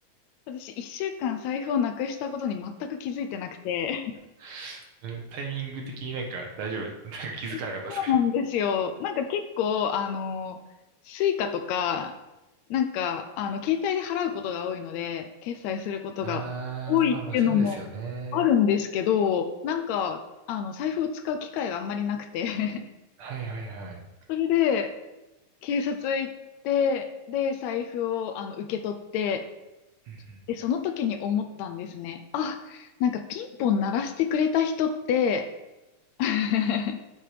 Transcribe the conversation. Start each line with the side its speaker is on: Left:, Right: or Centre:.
Left: 私、一週間財布をなくしたことに全く気づいてなくて。
Right: <laughs> うんタイミング的になんか大丈夫、<laughs> なんか気づかなかったですかね。
Left: <laughs> そうなんですよ。なんか結構、あの、スイカとか、なんか、あの、携帯で払うことが多いので、決済することが多いっていうのもあるんですけど、
Right: ああ、まあまあそうですよね。
Left: なんか、あの、財布を使う機会があんまりなくて。<laughs>
Right: はいはいはい。
Left: それで、警察行って、で、財布を、あの、受け取って、
Right: うんうん
Left: で、その時に思ったんですね。あ、なんかピンポン鳴らしてくれた人って、<laughs>